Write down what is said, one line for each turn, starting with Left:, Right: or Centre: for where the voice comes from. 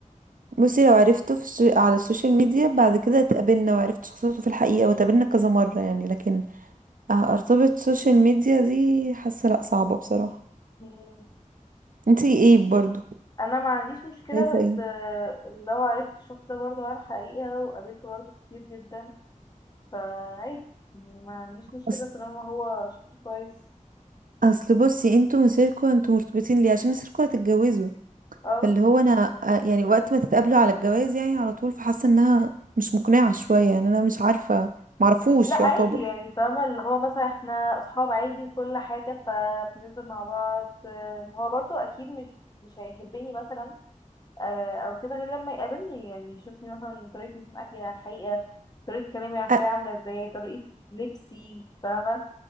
Right: بصي لو عرفته في السو... على السوشيال ميديا بعد كده اتقابلنا وعرفت شخصيته في الحقيقة واتقابلنا كذا مرة يعني لكن أ- ارتبط سوشيال ميديا دي حاسة لا صعبة بصراحة
Left: مم،
Right: انتي ايه برضو
Left: انا ما عنديش مشكله
Right: شايفة
Left: بس
Right: ايه
Left: آه، لو عرفت الشخص ده برضه على الحقيقه وقابلته برضه كتير جدا فعادي ما عنديش مشكله
Right: اصل
Left: طالما هو شخص كويس
Right: اصل بصي انتوا مسيركوا انتوا مرتبطين ليه عشان مسيركوا هتتجوزوا
Left: اه
Right: فاللي هو انا آه، يعني وقت ما تتقابلوا على الجواز يعني على طول فحاسه انها مش مقنعه شويه يعني انا مش عارفه معرفوش
Left: لا عادي
Right: يعتبر
Left: يعني فاهمة اللي هو مثلا احنا اصحاب عادي وكل حاجة فبننزل مع بعض آم، هو برضو اكيد مش مش هيحبني مثلا آه، او كده غير لما يقابلني يعني يشوفني مثلا طريقة مثلا اكلي على الحقيقة طريقة كلامي على الحقيقة
Right: أ-
Left: عاملة ازاي طريقة لبسي فاهمة